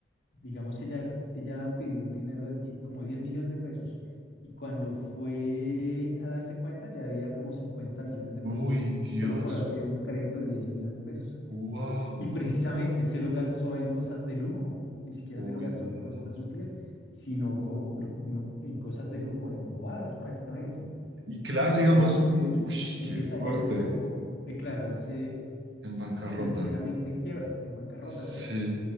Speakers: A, on the left (about 70°); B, on the right (about 80°).
A: digamos, ella, ella pidió un dinero de die- como 10 millones de pesos y cuando fue a darse cuenta ya había como cincuenta millones de pesos
B: Uy, Dios.
A: solo por haber pedido un crédito de 10 millones de pesos.
B: Wow.
A: Y precisamente se lo gastó en cosas de lujo, ni siquiera
B: Uy,
A: se lo gastó
B: no.
A: en cosas útiles, sino como lo- uno, en cosas de lujo, en bobadas prácticamente.
B: Y claro, digamos,
A: Entonces,
B: uff,
A: entonces
B: qué fuerte
A: a ella le tocó declararse
B: en bancarrota.
A: financieramente en quiebra, en bancarrota,
B: Sí,
A: exacto.